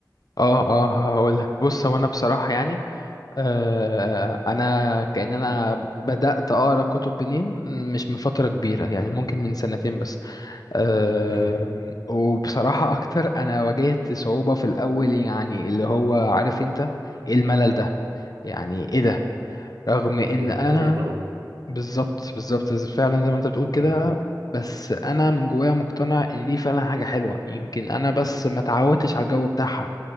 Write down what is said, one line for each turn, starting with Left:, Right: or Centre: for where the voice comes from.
Left: اه اه هقول لك بص هو انا بصراحة يعني آه انا كأن انا بدأت اقرا كتب منين مش من فترة كبيرة يعني ممكن من سنتين بس آه
Right: امم
Left: وبصراحة اكتر انا واجهت صعوبة في الاول يعني اللي هو عارف انت إيه الملل ده يعني ايه ده رغم ان
Right: أيوة
Left: انا
Right: ده اللي أنا بقوله
Left: بالظبط بالظبط ز- فعلا زي ما انت بتقول كده
Right: امم
Left: بس انا من جوايا مقتنع ان دي فعلا حاجه حلوه يمكن انا بس ما اتعودتش على الجو بتاعها